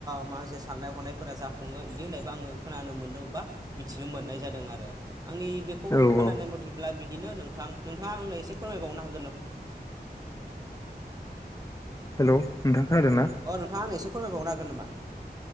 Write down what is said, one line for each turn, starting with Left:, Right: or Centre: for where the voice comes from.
Right: माखासे साननाय हनायफोरा जाफुङो बिदि होननायबो आङो खोनानो मोनदों। बा मिथिनो मोननाय जादों आरो आंनि बेखौ
Left: औ
Right: खोनानाय
Left: औ
Right: मथेब्ला बिदिनो नोंथां नोंथाङा आंनो एसे फोर मायबावनो हागोन नामा?
Left: हेलौ नोंथां। खोनादों ना?
Right: अ नोंथाङा आं एसे फोरमायबावनो हागोन नामा?